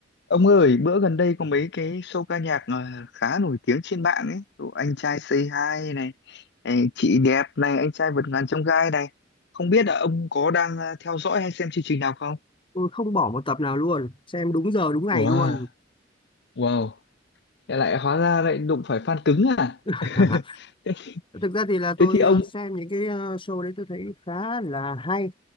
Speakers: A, on the left; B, on the left.
A: Ông ơi, bữa gần đây có mấy cái show ca nhạc à, khá nổi tiếng trên mạng ấy. Kiểu Anh trai Say Hi này, ấy, chị đẹp này, anh trai vượt ngàn chông gai này. Không biết là ông có đang à, theo dõi hay xem chương trình nào không?
B: tôi không bỏ một tập nào luôn xem đúng giờ đúng ngày
A: Wow,
B: luôn
A: wow. Thế lại hóa ra lại đụng phải fan cứng à?
B: <laughs>
A: <laughs> Thế,
B: thực ra thì là
A: thế
B: tôi
A: thì ông
B: ờ, xem những cái ờ, show đấy tôi thấy khá là hay